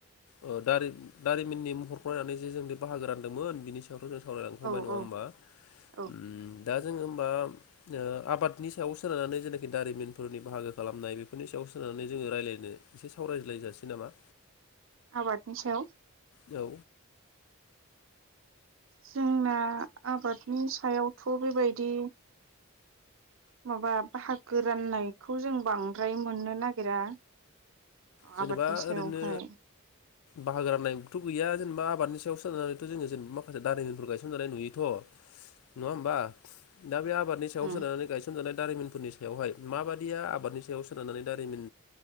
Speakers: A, on the left (about 90°); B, on the right (about 65°).
A: ओ दारि-दारिमिननि महरखौ नायनानै जे जों बाहागो रानदोंमोन बिनि सायावथ जों सावरायलांखांबाय
B: औ
A: नङा होनबा
B: औ औ
A: उम दा जोङो होनबा ओ आबादनि सायाव सोनारनानै जेनाखि दारिमिनफोरनि बाहागो खालामनाय बेफोरनि सायाव सोनारनानै जोङो रायलायनो एसे सावरायज्लायजासै। सै नामा
B: आबादनि सायाव
A: औ।
B: जोंना आबादनि सायावथ' बेबायदि माबा बाहागो राननायखौ जों बांद्राय मोननो नागिरा।
A: जेनेबा
B: आबादनि सायावहाय।
A: ओरैनो बाहागो रान्नायथ' गैया जेनेबा आबादनि सायाव सोननानै' जोङो जेनेबा माखासे दारिमिनफोर गायसनजानाय नुयोथ'। नङा होमबा दा बे आबादनि सायाव
B: उम
A: सोननानै गायसनजानाय दारिमिनफोरनि सायावहाय माबादिया आबादनि सायाव सोनारनानै दारिमिन